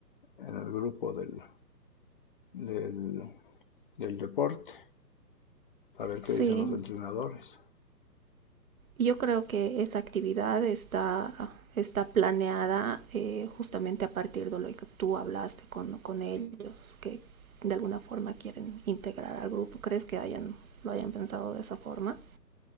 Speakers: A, on the left (about 30°); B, on the right (about 55°).
A: en el grupo del, del, del deporte, a ver qué
B: Sí,
A: dicen los entrenadores.
B: Yo creo que esta actividad está, está planeada eh, justamente a partir de lo que tú hablaste con, con ellos, que de alguna forma quieren integrar al grupo. ¿Crees que hayan, lo hayan pensado de esa forma?